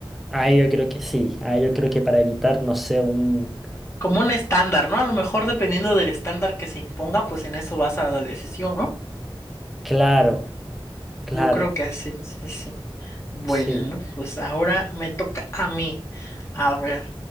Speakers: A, in the centre; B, on the left.
A: ahí yo creo que sí, ahí yo creo que para evitar, no sé, un...
B: Como un estándar, ¿no? A lo mejor dependiendo del estándar que se imponga, pues en eso vas a la decisión, ¿no?
A: Claro, claro,
B: Yo creo que así, sí, sí. Bueno,
A: sí.
B: pues ahora me toca a mí. A ver,